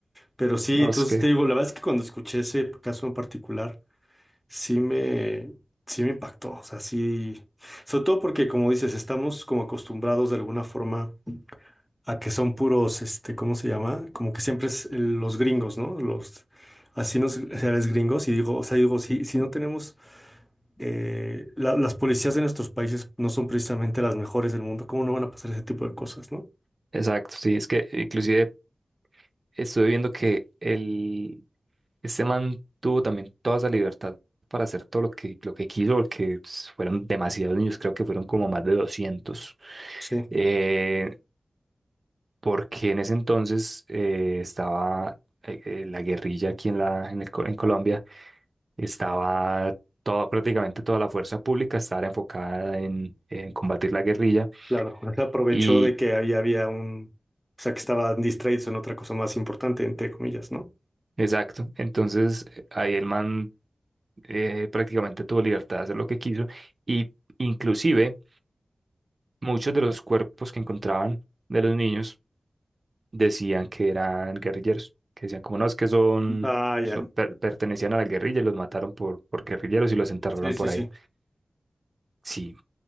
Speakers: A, in the centre; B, on the right.
A: pero sí,
B: No,
A: entonces
B: es que,
A: te digo, la verdad es que cuando escuché ese caso en particular, sí me, sí me impactó. O sea, sí, sobre todo porque, como dices, estamos como acostumbrados de alguna forma a que son puros, este, ¿cómo se llama? Como que siempre es eh, los gringos, ¿no? Los, así nos, o sea, los gringos, y digo, o sea, digo, sí, sí no tenemos eh, la- las policías de nuestros países no son precisamente las mejores del mundo. ¿Cómo no van a pasar ese tipo de cosas, no?
B: exacto, sí. Es que inclusive estuve viendo que el, este man tuvo también toda esa libertad para hacer todo lo que, lo que quiso, porque pues, fueron demasiados niños, creo que fueron como más de doscientos
A: Sí,
B: Eh, porque en ese entonces eh, estaba eh, eh, la guerrilla aquí en, la, en, el co- en Colombia Estaba toda, prácticamente toda la fuerza pública estaba enfocada en, en combatir la guerrilla.
A: Claro, se aprovechó
B: Y
A: de que había, había un, o sea, que estaban distraídos en otra cosa más importante, entre comillas, ¿no?
B: exacto, entonces eh, ahí el man eh, prácticamente tuvo libertad de hacer lo que quiso. Y inclusive muchos de los cuerpos que encontraban de los niños decían que eran guerrilleros, que decían como no, es que son,
A: Ah, ya.
B: son- per- pertenecían a la guerrilla y los mataron por, por guerrilleros y los enterraron
A: Sí, sí,
B: por
A: sí.
B: ahí. Sí.